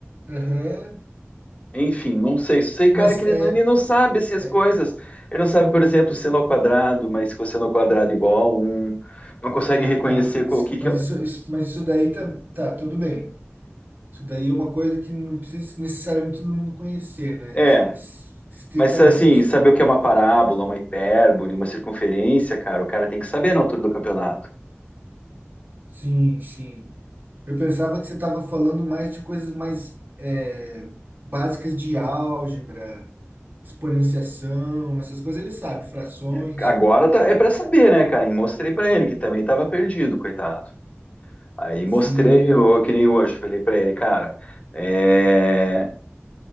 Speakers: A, on the right; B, on the left.
A: Aham.
B: enfim, não sei. Só sei,
A: Mas
B: cara, que ele
A: é,
B: não, ele não sabe assim, as coisas.
A: é...
B: Ele não sabe, por exemplo, seno ao quadrado, mas que o seno ao quadrado é igual a um. Não consegue
A: Ah,
B: reconhecer
A: tá, mas,
B: qual- o que que
A: mas
B: é.
A: isso, isso, mas isso daí tá, tá, tudo bem. Isso daí é uma coisa que não precisa necessariamente todo mundo conhecer, né?
B: É,
A: espe- Estritamente.
B: mas assim, saber o que é uma parábola, uma hipérbole, uma circunferência, cara, o cara tem que saber na altura do campeonato.
A: Sim, sim. Eu pensava que você estava falando mais de coisas mais é, básicas de álgebra, exponenciação, essas coisas ele sabe, frações.
B: É, Agora tá- é pra saber, né, cara? E mostrei pra ele que também tava perdido, coitado. Aí
A: Sim.
B: mostrei, eu, que nem hoje, falei pra ele, cara, é,